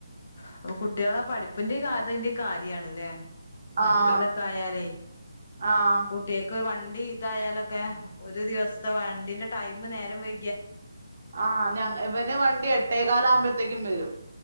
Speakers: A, on the left; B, on the right.
A: അപ്പൊ കുട്ടികളെ പഠിപ്പിന്റെ <inaudible> കാര്യാണ് ലെ മയക്കാലൊക്കെ
B: ആഹ്
A: ആയാലേ
B: ആഹ്
A: കുട്ടിയക്ക് വൺ ണ്ടി ഇതായാലൊക്കെ ഒരു ദിവസത്തെ വണ്ടിന്റെ ടൈം നേരം വൈ
B: ആ ഞ ഇവന് വണ്ടി എട്ടേക്കാല ആകുമ്പോഴത്തേക്കും വരും.